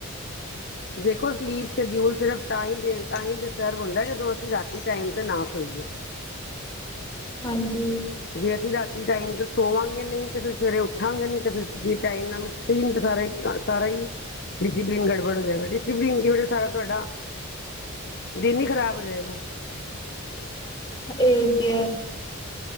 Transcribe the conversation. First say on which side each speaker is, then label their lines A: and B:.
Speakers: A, on the left; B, on the left.
A: ਦੇਖੋ ਸਲੀ ਸ਼ਡਿਊਲ ਸਿਰ ਡਿਸਟਰਬ ਹੁੰਦਾ ਜਦੋਂ ਅਸੀਂ ਰਾ ਟਮ ਤੇ ਨਾਈ ਠੀਕ ਹੈ
B: ਹਾਂਜੀ
A: ਜੇ ਅਸੀਂ ਰਾਤੀ ਟਾਈਮ ਤੋਂ ਸੋਵਾਂਗੇ ਨਹੀਂ ਤੇ ਫਿਰ ਸਵੇਰੇ ਉੱਠਾਂਗੇ ਨੀ ਤੇ ਫ ਜੇ ਟਾਈਮ ਨਾਲ ਉੱਠੇ ਹੀ ਨ ਸਾਰਾ ਹੀ ਸਾਰਾ ਹੀ ਡਿਸਿਪਲਿਨ ਗੜਬੜ ਹੋ ਜਾਏਗਾ ਡਿਸਪਲਨ ਕੀ ਹੋਹਾ ਸਾਰਾ ਤੁਹਾਡਾ ਦਿਨ ਹੀ ਖ਼ਰਾਬ ਹੋ ਜਾਏਗਾ
B: ਇਹ ਵੀ ਹੈ